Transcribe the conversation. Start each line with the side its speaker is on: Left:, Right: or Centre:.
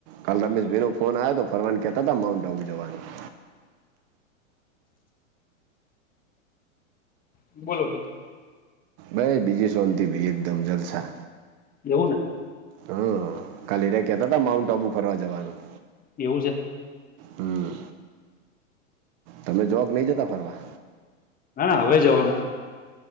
Right: કાલ રમેશભાઈનો ફોન આવ્યો તો ફરવા નું કેતા તા માઉન્ટ આબુ જવાનું.
Left: બોલો બીજું.
Right: ભાઈ બીજી શાતિ ભાઈ એકદમ જલસા.
Left: એવુ ને.
Right: હમમ કાલે રાઈ કેતા તા માઉન્ટ આબુ ફરવા જવાનું.
Left: એવું છે.
Right: હમમ. તમે જોક નઈ જતા ફરવા.
Left: ના ના હવે જવાનું.